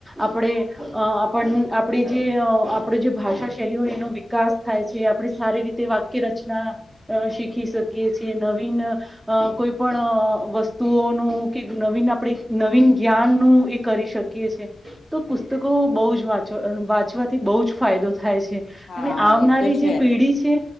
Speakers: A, on the right; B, on the left.
A: આપણે આપણ આપડી જે આપણે જે ભાષા શૈલી હોય એનો વિકાસ થાય છે આપણે સારી રીતે વાક્ય રચના શીખી શકીએ છી નવીન, કોઈ પણ વસ્તુઓનું કે નવીન આપણે નવીન જ્ઞાનનું એ કરી શકીએ છે, તો પુસ્તકો બહુ જ વાંચવા વાંચવાથી બહુ જ ફાયદો થાય છે.
B: હા
A: અને આવનારી
B: એ તો છે.
A: જે પેઢી છે